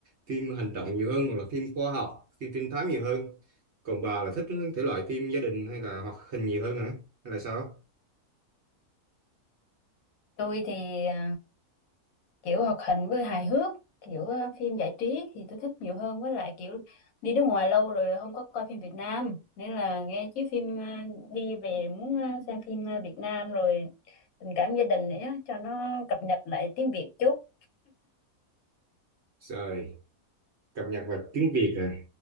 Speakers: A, on the right; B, on the left.
A: phim hành động nhiều hơn hoặc là phim khoa học phim trinh thám nhiều hơn còn bà là thích thể loại phim gia đình hay là hoạt hình nhiều hơn hả hay là sao
B: tôi thì ờ, kiểu hoạt hình với hài hước kiểu ờ, phim giải trí thì tôi thích nhiều hơn với lại kiểu đi nước ngoài lâu rồi không có coi phim Việt Nam nên là nghe chứ phim ờ, đi về muốn ờ, xem phim ờ, Việt Nam rồi tình cảm gia đình nữa cho nó cập nhật lại tiếng Việt chút
A: trời cập nhật vào tiếng Việt hả